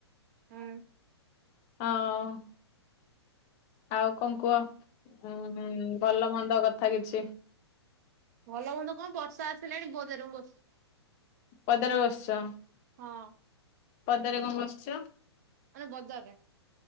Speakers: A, on the right; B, on the left.
A: ହୁଁ।
B: ହଁ ଆଉ କଣ କୁହ ଉଁ ଭଲ ମନ୍ଦ କଥା କିଛି?
A: ଭଲ ମନ୍ଦ କଣ ବର୍ଷା ଆସିଲାଣି <unintelligible> ମୁଁ ବସ୍ଚି।
B: ପଦାରେ ବସ୍ଚ?
A: ହଁ।
B: ପଦାରେ କଣ ବସିଛ?
A: ମାନେ ବଜାରରେ।